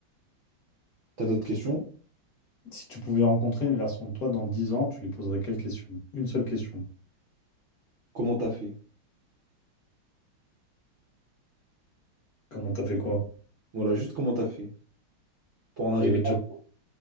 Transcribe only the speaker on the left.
Si tu pouvais rencontrer une version de toi dans 10 ans, tu lui poserais quelle question? Une seule question.
Comment t'as fait quoi?
Bah, il va te dire